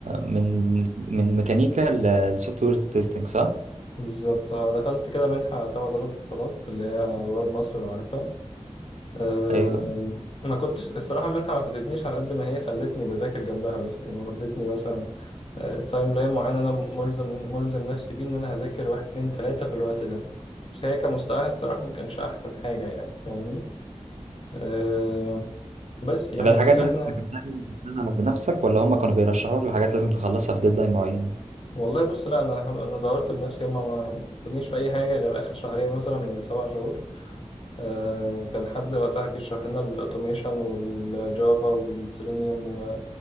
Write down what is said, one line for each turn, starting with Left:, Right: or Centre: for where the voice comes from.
Right: من من ميكانيكا للسوفت وير تيستنج صح؟
Left: بالظبط آه، دخلت كده منحه تبع وزاره الاتصالات اللي هي رواد مصر لو عارفها آه،
Right: ايوه
Left: ما كنتش الصراحة المنحة ما فادتنيش على قد ما هي خلتني بذاكر جنبها بس يعني ودتني مثلا تايم لاين معين انا ملزم ملزم نفسي بيه ان انا هذاكر واحد اتنين تلاتة في الوقت ده بس هي كمستواها الصراحة ما كانش احسن حاجة يعني فاهمني أه بس يعني
Right: طب الحاجات
Left: بس احنا
Right: اللي انت ذاكرتها دي ذاكرتها بنفسك ولا هم كانوا بيرشحوك لحاجات لازم تخلصها في ديدلاين معين؟
Left: والله بص لا انا انا دورت بنفسي هما ما خدنيش في اي حاجة غير اخر شهرين مثلا من السبع شهور أه كان حد وقتها بيشرح لنا الاوتوميشن والجافا والسيلينيوم